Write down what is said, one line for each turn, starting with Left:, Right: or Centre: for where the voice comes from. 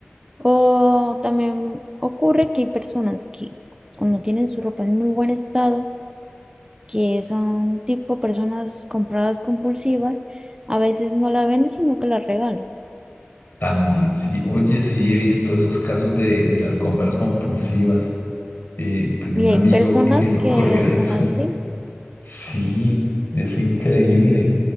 Right: O también ocurre que hay personas que cuando tienen su ropa en muy buen estado, que son tipo personas compradas compulsivas, a veces no la venden, sino que la regalan.
Left: También, sí. Oye, sí, he visto esos casos de, de las compras compulsivas. Eh, tenía
Right: Y
Left: un
Right: hay
Left: amigo
Right: personas
Left: que le ocurría
Right: que son
Left: eso.
Right: así.
Left: <laughs> Sí, es increíble.